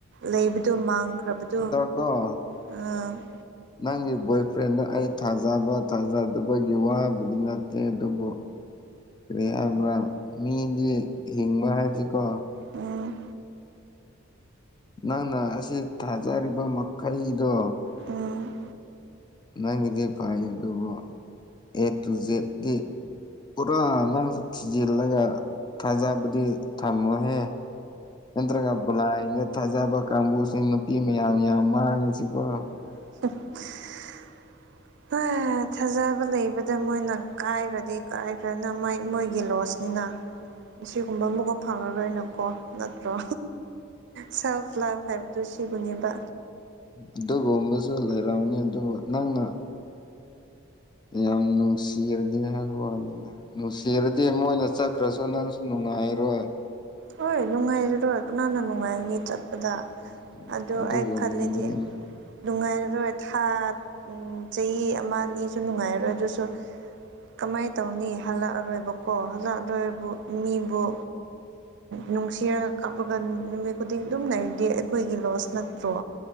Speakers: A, on the right; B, on the left.
A: ꯂꯩꯕꯗꯨꯣ ꯃꯥꯡꯈ꯭ꯔꯕꯗꯣ
B: ꯂ‌ꯣ
A: ꯎꯝ
B: ꯅꯪꯒꯤ ꯕꯣꯏꯐ꯭ꯔꯦꯟꯗ‌ꯣ ꯑꯩ ꯊꯥꯖꯕ ꯊꯥꯖꯗꯕꯒꯤ ꯋꯥꯕꯨꯗꯤ ꯅꯠꯇꯦ ꯑꯗꯨꯕꯨ ꯀꯔꯤ ꯍꯥꯏꯕ꯭ꯔꯥ ꯃꯤꯗꯤ ꯍꯤꯡꯕ ꯍꯥꯏꯕꯁꯤꯀꯣ
A: ꯎꯝ
B: ꯅꯪꯅ ꯑꯁꯤ ꯊꯥꯖꯔꯤꯕ ꯃꯈꯩꯗꯣ
A: ꯎꯝ
B: ꯅꯪꯒꯤꯗꯤ ꯐꯩ ꯑꯗꯨꯕꯨ ꯑꯦ ꯇꯨ ꯖꯦꯠꯀꯤ ꯄꯨꯔꯥ ꯅꯪꯁꯨ ꯊꯤꯖꯤꯜꯂꯒ ꯊꯥꯖꯕꯗꯤ ꯊꯝꯃꯣꯍꯦ ꯅꯠꯇ꯭ꯔꯒ ꯕꯂꯥꯏꯟꯗ ꯊꯥꯖꯕ ꯀꯥꯡꯕꯨꯁꯦ ꯅꯨꯄꯤ ꯃꯌꯥꯝ ꯌꯥꯝ ꯃꯥꯡꯉꯤꯁꯤꯀꯣ
A: <inaudible> ꯊꯥꯖꯕ ꯂꯩꯕꯗ ꯃꯣꯏꯅ ꯀꯥꯏꯈ꯭ꯔꯗꯤ ꯀꯥꯏꯈ꯭ꯔꯅ ꯃꯣꯏ ꯃꯣꯏꯒꯤ ꯂꯣꯁꯅꯤꯅ꯫ ꯑꯁꯤꯒꯨꯝꯕ ꯑꯃꯒ ꯐꯪꯉꯔꯣꯏꯅꯀꯣ ꯅꯠꯇ꯭ꯔꯣ꯫ ꯁꯦꯜꯐ ꯂꯚ ꯍꯥꯏꯕꯗꯨꯣ ꯁꯤꯕꯨꯅꯦꯕ
B: ꯎ ꯑꯗꯨꯒꯨꯝꯕꯁꯨ ꯂꯩꯔꯥꯎꯅꯤ ꯑꯗꯨꯕꯨ ꯅꯪꯅ ꯌꯥꯝ ꯅꯨꯡꯁꯤꯔꯗꯤ ꯍꯥꯏꯕ ꯋꯥꯅꯤꯗ ꯅꯨꯡꯁꯤꯔꯗꯤ ꯃꯣꯏꯅ ꯆꯠꯈ꯭ꯔꯁꯨ ꯅꯪꯁꯨ ꯅꯨꯡꯉꯥꯏꯔꯣꯏ
A: ꯍꯣꯏ ꯅꯨꯡꯉꯥꯏꯔꯔꯣꯏ ꯀꯅꯥꯅ ꯅꯨꯡꯉꯥꯏꯒꯅꯤ ꯆꯠ ꯑꯗ
B: ꯎꯝ
A: ꯑꯗꯨ
B: ꯑꯗꯨꯒꯨꯝꯕꯒꯤꯅꯤ
A: ꯑꯩ ꯈꯜꯂꯤꯗꯤ ꯅꯨꯡꯉꯥꯏꯔꯔꯣꯏ ꯊꯥ ꯎꯝ ꯆꯍꯤ ꯑꯃ ꯑꯅꯤꯁꯨ ꯅꯨꯡꯉꯥꯏꯔꯔꯣꯏ ꯑꯗꯨꯁꯨ ꯀꯃꯥꯏ ꯇꯧꯅꯤ ꯍꯜꯂꯛꯑꯔꯣꯏꯕꯀꯣ ꯍꯜꯂꯛꯑꯔꯣꯏꯕꯨ ꯃꯤꯕꯨ ꯅꯨꯡꯁꯤꯔꯒ ꯀꯥꯞꯄꯒ ꯅꯨꯃꯤꯠ ꯈꯨꯗꯤꯡ ꯑꯗꯨꯝ ꯂꯩꯔꯗꯤ ꯑꯩꯈꯣꯏꯒꯤ ꯂꯣꯁ ꯅꯠꯇ꯭ꯔꯣ